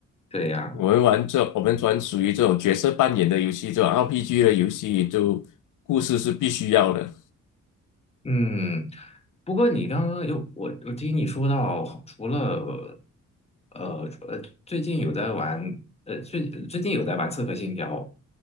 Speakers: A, on the left; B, on the left.
A: 对呀、
B: 我们玩这，我们专属于这种角色扮演的游戏，这种 RPG 的游戏，就故事是必须要的。
A: 嗯，不过你刚刚有我，我听你说到，除了呃呃，最近有在玩，呃最最近有在玩《刺客信条》，